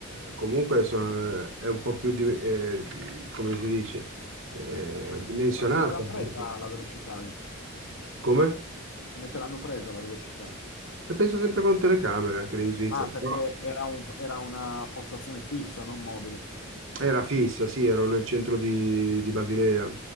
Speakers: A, on the right; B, on the left.
A: eh, comunque sono- eh, è un po' più, di- eh, come si dice, eh,
B: Ma,
A: dimensionata.
B: ma come te l'hanno presa
A: perché-
B: la velocità lì?
A: Come?
B: Come te l'hanno presa la velocità?
A: E penso sempre con telecamere anche lì in Svizzera,
B: Ah, perché
A: però
B: era, un- era una postazione fissa, non mobile.
A: Era fissa, sì, ero nel centro di, di Basilea.